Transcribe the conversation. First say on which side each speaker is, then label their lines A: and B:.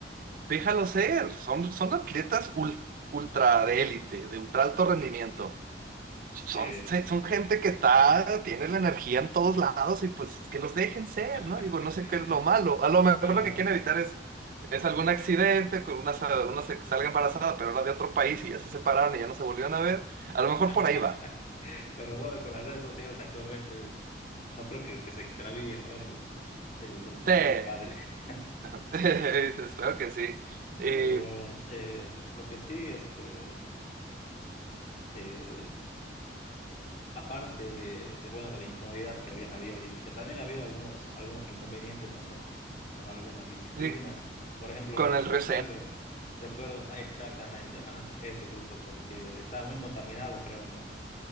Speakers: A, on the right; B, on the left.
A: déjalo ser, son, son atletas ul- ultra de élite, de ultra alto rendimiento. Son,
B: sí.
A: se- son gente que está, tiene la energía en todos lados y pues que los dejen ser,
B: <laughs>
A: ¿no? Digo, no sé qué es lo malo. A lo mejor
B: Claro.
A: lo que quieren evitar es, es algún accidente, que una, sa- una se salga embarazada, pero era de otro país y ya se separaron y ya no se volvieron a ver. A lo
B: <laughs>
A: mejor por ahí va.
B: Pero bueno, con las redes sociales actualmente mm, no creo que, que se extravíe, ¿no? el, el- el
A: Sí.
B: futuro padre. <laughs>
A: <laughs> Espero que sí. Y,
B: Pero eh, lo, lo que sí, este, eh, aparte de, de, bueno, de la incomodidad que había en la vía olímpica, también ha habido algunos, algunos inconvenientes, ¿no? Con, con algunas disciplinas.
A: y
B: Por ejemplo,
A: con el
B: recuerdo,
A: Río
B: recuerdo ah, exactamente, ajá, eso justo, porque estaba muy contaminado, creo, ¿no?